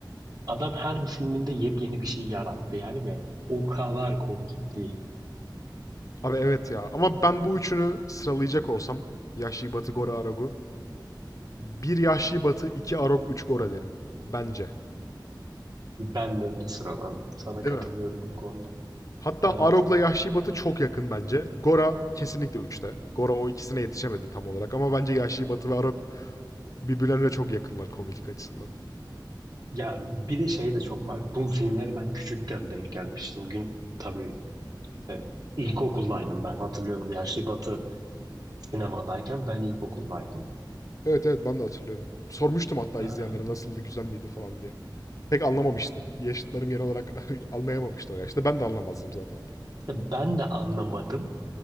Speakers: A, on the right; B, on the left.
A: Adam her bir filminde yepyeni bir şey yarattı yani ve o kadar komik ki.
B: Abi evet ya. Ama ben bu üçünü sıralayacak olsam Yahşi Batı, Gora, Aragu. Bir Yahşi Batı, iki Arog, üç Gora derim. Bence.
A: Ben de öyle sıralarım. Sana
B: Değil
A: katılıyorum
B: mi?
A: bu konuda.
B: Hatta
A: Evet.
B: Arog'la Yahşi Batı çok yakın bence. Gora kesinlikle üçte. Gora o ikisine yetişemedi tam olarak ama bence Yahşi Batı ve Arog birbirlerine çok yakınlar komiklik açısından.
A: Ya bir de şey de çok var. Bu filmleri ben küçükken denk gelmiştim. Gün tabii E, İlkokuldaydım ben hatırlıyorum. Yaşlı Batı sinemadayken ben ilkokuldaydım.
B: Evet evet ben de hatırlıyorum. Sormuştum hatta
A: E,
B: izleyenlere nasıldı güzel miydi falan diye. Pek anlamamıştı. Yaşıtlarım genel olarak <laughs> anlayamamıştı o yaşta. Ben de anlamazdım zaten.
A: işte ben de anlamadım.